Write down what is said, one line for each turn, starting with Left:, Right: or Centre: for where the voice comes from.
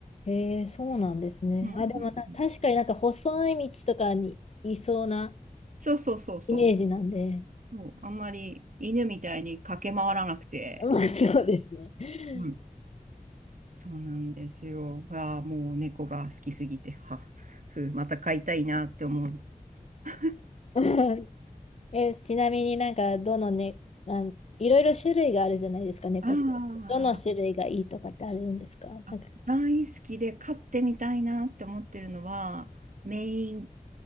Left: へえ、そうなんですね。
Right: うんうんうん
Left: あ、でもな、確かになんか細い道とかにいそうな
Right: そうそうそうそうそ
Left: イメージなんで。
Right: う。あんまり犬みたいに駆け回らなくて、
Left: <laughs> まあ、そうですね。<laughs>
Right: うんそうなんですよ。ああ、もう猫が好きすぎて、は、ふ、また飼いたいなって思う。<laughs>
Left: うんえ、ちなみになんか、どのね、なんいろいろ種類があるじゃないですか、猫って。
Right: あーあ、
Left: どの種類がいいとかってあるんですかなんか、
Right: あ大好きで飼ってみたいなって思ってるのは、メイン